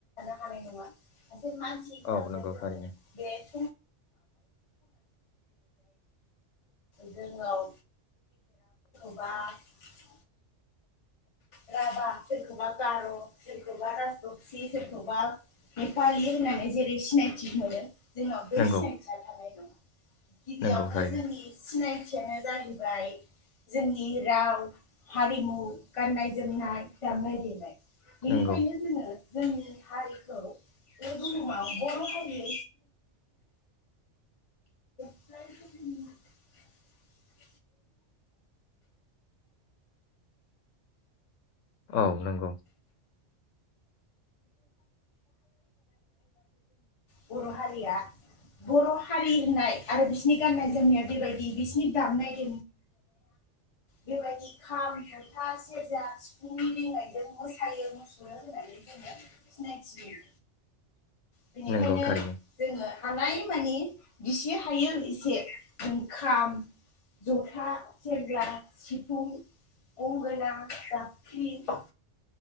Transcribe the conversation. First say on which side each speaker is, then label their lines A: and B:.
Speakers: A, on the left; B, on the left.
A: थानाय नङा मानसि हिसाबैनो
B: औ नंगौ
A: जोङो
B: थारैनो
A: बे <inaudible> <inaudible> जोंनाव <inaudible> राभा सोरखौबा गार सोरखौबा राजबक्सि सोरखौबा नेपालि होननानै जेरै सिनायथि मोनो जोंनाव बे
B: नंगौ
A: सिनायथिया थानाय दं गिबियावनो
B: नंगौ थारैनो
A: जोंनि सिनाय थियानो जाहैबाय जोंनि राव हारिमु गाननाय जोमनाय दानाय लुनाय बिनिखायनो
B: नंगौ
A: जोङो जोंनि हारिखौ बे बुहुमाव बर हारि <inaudible> <inaudible> <inaudible> <unintelligible>
B: औ नंगौ
A: बर हारिया बर हारि होननाय आरो बिसिनि गाननाय जोमनाया बेबायदि बिसोरनि दामनाय <unintelligible> बेबायदि खाम, जथा, सेरजा, सिफुंनि रिंनायजों मोसायो मुसुरो होननानै जोंङो सिनायथियो। बेनिखायनो
B: नंगौ थारैनो
A: जोङो हानायमानि बिसे हायो एसे खाम जथा, सेरजा, सिफुं, गंगोना, जाबख्रिं